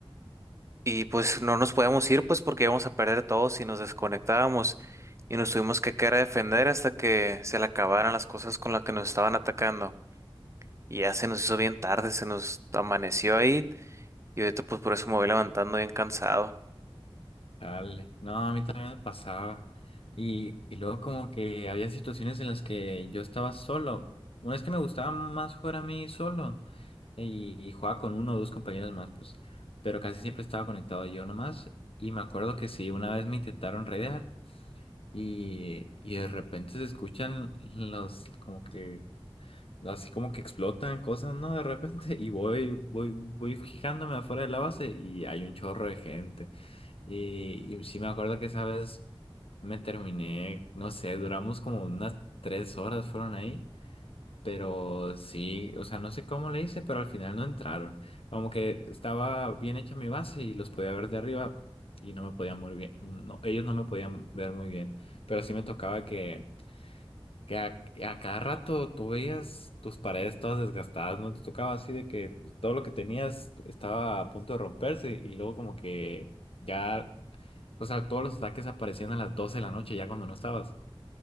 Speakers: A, on the right; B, on the left.
A: Y pues no nos podíamos ir, pues porque íbamos a perder todos si nos desconectábamos y nos tuvimos que quedar a defender hasta que se le acabaran las cosas con las que nos estaban atacando. Y ya se nos hizo bien tarde, se nos amaneció ahí y ahorita pues por eso me voy levantando bien cansado.
B: Dale, no, a mí también me pasaba. Y, y luego como que había situaciones en las que yo estaba solo. Una vez que me gustaba más jugar a mí solo y, y jugaba con uno o dos compañeros más, pues, pero casi siempre estaba conectado yo nomás. Y me acuerdo que sí, una vez me intentaron raidear. y, y de repente se escuchan los como que así como que explotan cosas, ¿no? De repente <laughs> y voy voy voy fijándome afuera de la base y hay un chorro de gente. Y, y sí me acuerdo que esa vez me terminé, no sé, duramos como unas tres horas fueron ahí pero sí, o sea, no sé cómo le hice, pero al final no entraron. Como que estaba bien hecha mi base y los podía ver de arriba y no me podían muy bien. No, ellos no me podían ver muy bien. Pero sí me tocaba que, que a, a cada rato tú veías tus paredes todas desgastadas, ¿no? Te tocaba así de que todo lo que tenías estaba a punto de romperse y luego como que ya, o sea, todos los ataques aparecían a las 12 de la noche ya cuando no estabas.